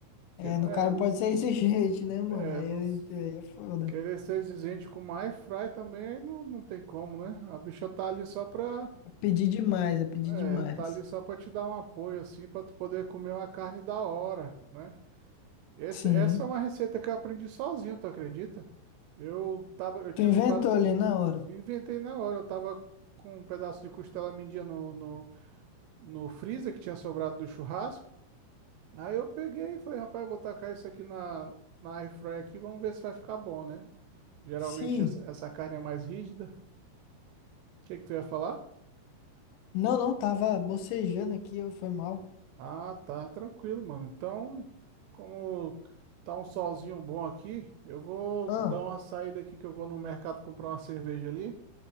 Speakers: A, on the right; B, on the left.
A: Porque
B: É,
A: não
B: no
A: é,
B: cara não pode ser exigente, <laughs> né, mano?
A: é
B: Aí,
A: nos-
B: eu ent- aí é foda.
A: querer ser exigente com uma airfry também aí não, não tem como, né? A bicha tá ali só pra,
B: É pedir demais, é pedir
A: é,
B: demais.
A: tá ali só pra te dar um apoio assim, pra tu poder comer uma carne da hora, né? E esse-
B: Sim.
A: essa é uma receita que eu aprendi sozinho, tu acredita? Eu tava, eu tinha
B: Tu
A: comprado,
B: inventou ali na hora.
A: inventei na hora, eu tava com um pedaço de costela mendia no, no no freezer que tinha sobrado do churrasco. Aí eu peguei e falei, rapaz, eu vou tacar isso aqui na, na air fryer aqui, vamos ver se vai ficar bom, né? Geralmente
B: Sim.
A: essa, essa carne é mais rígida. O que que tu ia falar?
B: Não, não, tava bocejando aqui, eu- foi mal.
A: Ah, tá, tranquilo, mano. Então, como tá um solzinho bom aqui, eu vou
B: Ah.
A: dar uma saída aqui que eu vou no mercado comprar uma cerveja ali,